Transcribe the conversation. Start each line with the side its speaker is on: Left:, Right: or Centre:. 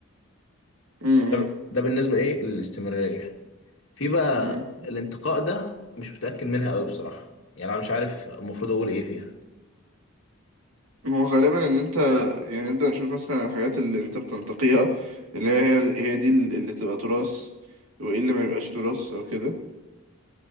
Right: مم.
Left: ده ده بالنسبة إيه للاستمرارية في بقى
Right: مم.
Left: الانتقاء ده مش متأكد منها أوي بصراحة يعني أنا مش عارف المفروض أقول إيه فيها
Right: هو غالبا ان انت يعني نبدأ نشوف مثلا الحاجات اللي انت بتنتقيها اللي هي هي هي دي اللي تبقى تراث وايه اللي ما يبقاش تراث او كده